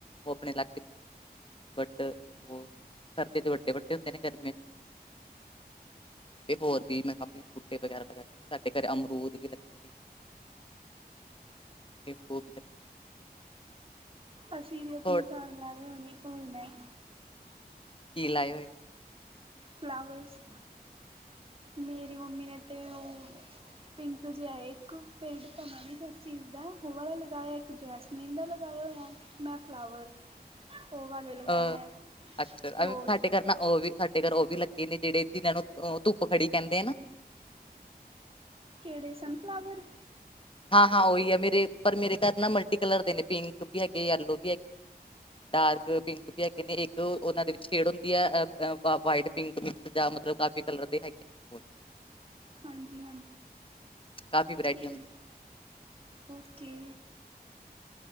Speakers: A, on the left; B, on the right.
A: ਓਪਨੇ ਲਾਕੇ ਬੱਟ ਓ ਸਰਦੀ ਚ ਵੱਡੇ ਵੱਡੇ ਹੁੰਦੇ ਨੇ ਗਰਮੀਆਂ ਚ ਤੇ ਹੋਰ
B: ਠੀਕ
A: ਵੀ ਮੈਂ ਕਾਫੀ ਬੂਟੇ ਵਗੈਰਾ ਲਗਾਏ ਸਾਡੇ ਘਰ ਅਮਰੂਦ ਵੀ ਲੱਗੇ ਨੇ <unintelligible> ੂ
B: ਅਸੀ ਵੀ ਅਪਣੇ
A: ਹੋਰ
B: ਘਰ ਲਾਏ ਹੋਏ ਨੇ ਓਹ ਨ
A: ਕੀ ਲਾਏ ਹੋਏ?
B: ਫਲਾਵਰਸ। ਮੇਰੀ ਮੰਮੀ ਨੇ ਤੇ ਓ ਪਿੰਕ ਜਿਹਾ ਇੱਕ, ਪਿੰਡ ਤਾ ਮੈਂ ਵੀ ਦੱਸੀਗਾ <unintelligible> ਲਗਾਇਆ ਇੱਕ ਜੈਸ ਨੀਲਾ ਲਗਾਾਇਆ <unintelligible> ਨਾਲ ਫਲਾਵਰ। ਉਹ ਵਾਲੇ ਲਗਾਏ
A: ਅ
B: ਨੇ
A: ਅੱਛਾ
B: ਰੋਜ਼।
A: ਅ ਸਾਡੇ ਘਰ ਨਾ, ਉਹ ਵੀ ਸਾਡੇ ਘਰ ਉਹ ਵੀ ਲੱਗੇ ਨੇ ਜਿਹੜੇ ਜਿਹਨਾਂ ਨੂੰ ਧੁੱਪ ਖੜੀ ਕਹਿੰਦੇ ਨਾ।
B: ਕਿਹੜੇ ਸਨਫਲਾਵਰ।
A: ਹਾਂ-ਹਾਂ, ਉਹੀ ਹੈ ਮੇਰੇ ਪਰ ਮੇਰੇ ਘਰ ਨਾ ਮਲਟੀ ਕਲਰ ਦੇ ਨੇ ਪਿੰਕ ਵੀ ਹੈਗੇ ਯੈਲੋ ਵੀ ਹੈਗੇ। ਡਾਰਕ ਪਿੰਕ ਵੀ ਹੈਗੇ ਨੇ, ਇੱਕ ਉਹਨਾਂ ਦੇ ਵਿੱਚ ਸ਼ੇਡ ਹੁੰਦੀ ਹੈ ਵਾਈਟ ਪਿੰਕ ਮਿਕਸ ਜਾਂ ਮਤਲਬ ਕਾਫੀ ਏ ਕਲਰ ਦੇ ਹੈਗੇ। ਆ।
B: ਹਾਂਜੀ-ਹਾਂਜੀ
A: ਕਾਫੀ ਵੈਰਾਈਟੀ
B: ਠੀਕ
A: ਹੁੰਦੀ ਆ।
B: ਓਕੇ।